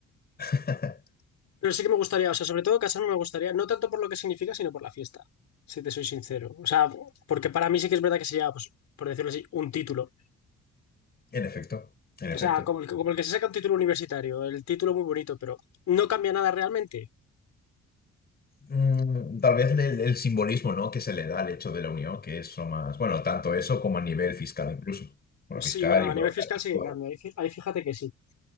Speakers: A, on the left (about 30°); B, on the left (about 65°).
A: <laughs>
B: Pero sí que me gustaría, o sea, sobre todo casarme me gustaría, no tanto por lo que significa, sino por la fiesta, si te soy sincero. O sea, porque para mí sí que es verdad que sería, pues, por decirlo así, un título.
A: En efecto, en efecto.
B: O sea, como el, que- como el que se saca un título universitario, el título muy bonito, pero no cambia nada realmente.
A: Mm, tal vez el, el simbolismo, ¿no? que se le da al hecho de la unión, que es lo más, bueno, tanto eso como a nivel fiscal incluso. Bueno,
B: Sí,
A: fiscal
B: bueno,
A: y
B: a
A: burocrático.
B: nivel fiscal sí que cambia, ahí fí- ahí fíjate que sí.